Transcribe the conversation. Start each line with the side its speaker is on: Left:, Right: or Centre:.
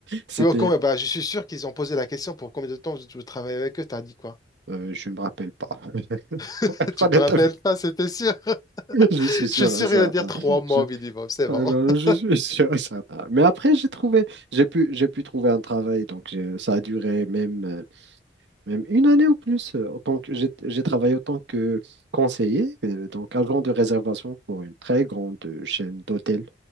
Right: c'était,
Left: Mais au con- bah, je suis sûr qu'ils ont posé la question pour combien de temps vous vous travaillez avec eux, t'as dit quoi?
Right: euh, je me rappelle pas, <laughs>
Left: <laughs>
Right: pour être
Left: Tu
Right: honnête
Left: te rappelles
Right: avec
Left: pas, c'était sûr. <laughs>
Right: vous, je suis
Left: Je
Right: sûr
Left: suis sûr
Right: et certain,
Left: qu'il va dire trois mois
Right: je,
Left: au minimum, c'est bon.
Right: euh, non, non,
Left: <laughs>
Right: je suis sûr et certain. Mais après, j'ai trouvé, j'ai pu, j'ai pu trouver un travail, donc j'ai- ça a duré même. euh, Même une année ou plus. euh, En tant que j'ai j'ai travaillé en tant que conseiller, euh, donc agent de réservation pour une très grande euh, chaîne d'hôtels